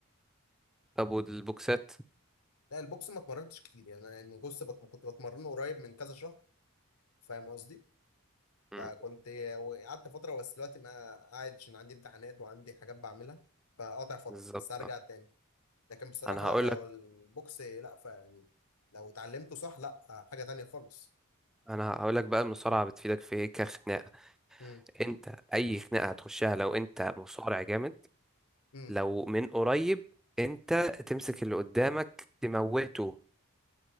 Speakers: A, in the centre; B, on the left.
A: طب والبوكسات
B: لا البوكس ما اتمرنتش كتير يعني أنا يعني بص بت- كنت بتمرنه قريب من كذا شهر فاهم قصدي
A: مم.
B: فكنت قعدت فترة بس دلوقتي ما قاعد عشان عندي امتحانات وعندي حاجات بعملها فقاطع فترة
A: بالظبط
B: بس هرجع
A: اه.
B: تاني لكن بصراحة
A: انا هقول
B: لا هو
A: لك
B: البوكس لا فيعني لو اتعلمته صح لا حاجة تانية خالص
A: انا هقول لك بقى المصارعة بتفيدك في ايه كخناقة
B: امم
A: انت اي خناقة هتخشها لو انت مصارع جامد
B: امم
A: لو من قريب انت تمسك اللي قدامك تموته